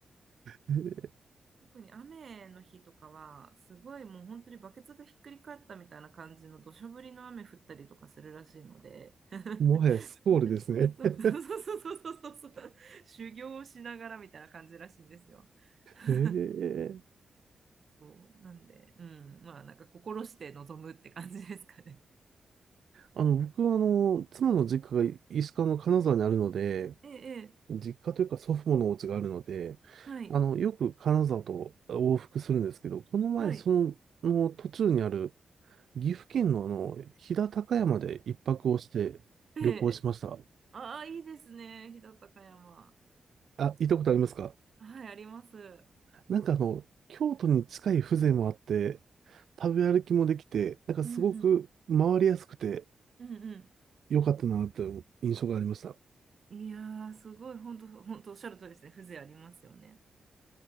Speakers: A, on the right (about 65°); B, on the right (about 45°).
A: <laughs>
B: <laughs> 特に雨の日とかは、すごいもう本当にバケツがひっくり返ったみたいな感じの土砂降りの雨降ったりとかするらしいので <laughs>、
A: もはやスコールですね。
B: そうそうそうそうそうそう、
A: <laughs>
B: 修行をしながらみたいな感じらしいんですよ。<laughs>
A: ええ
B: そうなんで、うん、まあなんか心して臨むって感じですかね。
A: あの、僕はあの、妻の実家が石川の金沢にあるので、
B: <laughs> ええ、ええ
A: 実家というか祖父母のお家があるので、
B: はい、
A: あの、よく金沢と往復するんですけど、この前、
B: はい。
A: その、の途中にある岐阜県のあの、飛騨高山で一泊をして旅行しました。
B: ええ。ああ、いいですね。飛騨高山。
A: あ、行ったことありますか
B: はい、あります。う
A: なんかあの、京都に近い風情もあって、食べ歩きもできて、なんかすごく回りやすくて
B: んうん。うん
A: 良かったなという印象がありました。
B: うん。いやー、すごい、本当本当おっしゃるとりですね。風情ありますよね。